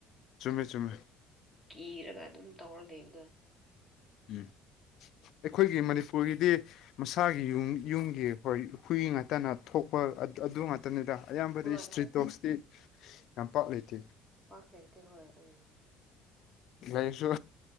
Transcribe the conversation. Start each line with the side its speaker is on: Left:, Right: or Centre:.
Left: ꯆꯨꯝꯃꯦ ꯆꯨꯝꯃꯦ
Right: ꯀꯤꯔꯥꯒ ꯑꯗꯨꯝ ꯇꯧꯔꯥ ꯂꯩꯕꯗꯣ꯫
Left: ꯎꯝ ꯑꯩꯈꯣꯏꯒꯤ ꯃꯅꯤꯄꯨꯔꯒꯤꯗꯤ ꯃꯁꯥꯒꯤ ꯌꯨꯝ ꯌꯨꯝꯒꯤ ꯍꯣꯏ ꯍꯨꯏ ꯉꯥꯛꯇꯅ ꯊꯣꯛꯄ ꯑꯗꯨ ꯈꯠꯇꯅꯤꯗ ꯑꯌꯥꯝꯕꯗꯤ
Right: ꯍꯣꯏ
Left: ꯏꯁꯇ꯭ꯔꯤꯠ
Right: ꯍꯣꯏ
Left: ꯗꯣꯛꯁꯇꯤ ꯌꯥꯝ ꯄꯥꯛ ꯂꯩꯇꯦ꯫
Right: ꯄꯥꯛ ꯂꯩꯇꯦ ꯍꫭꯏ ꯎꯝ
Left: ꯂꯩꯁꯨ